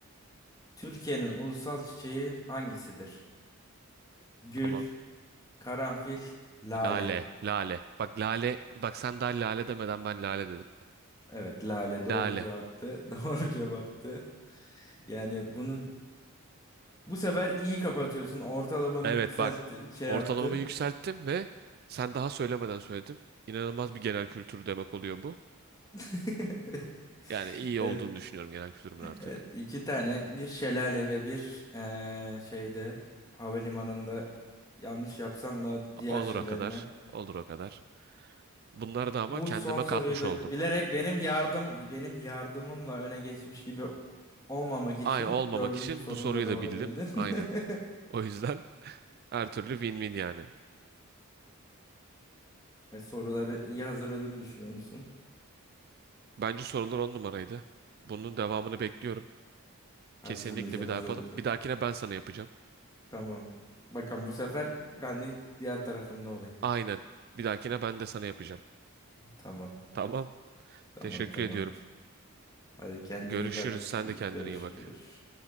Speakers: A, on the left; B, on the right.
A: Türkiye'nin ulusal çiçeği hangisidir? Gül,
B: Tamam.
A: karanfil, lale.
B: Lale, lale. Bak lale, bak sen daha lale demeden ben lale dedim.
A: Evet, lale doğru
B: Lale.
A: cevaptı. <laughs> Doğru cevaptı. Yani bunu Bu sefer iyi kapatıyorsun. Ortalamanı
B: Evet
A: yükselttin.
B: bak.
A: Şey
B: Ortalamamı
A: yaptın.
B: yükselttim ve sen daha söylemeden söyledim. İnanılmaz bir genel kültür demek oluyor bu.
A: <laughs>
B: Yani iyi
A: Evet.
B: olduğunu düşünüyorum genel kültürümün artık.
A: Evet. iki tane bir şelale ve bir eee, şeyde havalimanında yanlış yapsan da diğer
B: Olur
A: şeylerini.
B: o kadar, olur o kadar. Bunları da ama
A: Bu
B: kendime
A: son soruyu
B: katmış
A: da
B: oldum.
A: bilerek benim yardım benim yardımımla öne geçmiş gibi olmamak için
B: Aynı olmamak
A: dördüncü
B: için
A: sorunu
B: bu soruyu
A: da doğru
B: da bildim.
A: bildin.
B: Aynen.
A: <laughs>
B: O yüzden her türlü win-win yani.
A: E, Soruları iyi hazırladığımı düşünüyor musun?
B: Bence sorular on numaraydı. Bunun devamını bekliyorum.
A: Hazırlayacağım,
B: Kesinlikle bir daha
A: hazırlayacağım.
B: yapalım. Bir dahakine ben sana yapacağım.
A: Tamam. Bakın bu sefer ben de diğer tarafında olayım.
B: Aynen. Bir dahakine ben de sana yapacağım.
A: Tamam.
B: Tamam.
A: Tamam
B: Teşekkür
A: tamam.
B: ediyorum.
A: Hadi kendine
B: Görüşürüz.
A: iyi bak.
B: Sen
A: Gö-
B: de kendine
A: Görüşürüz.
B: iyi bak.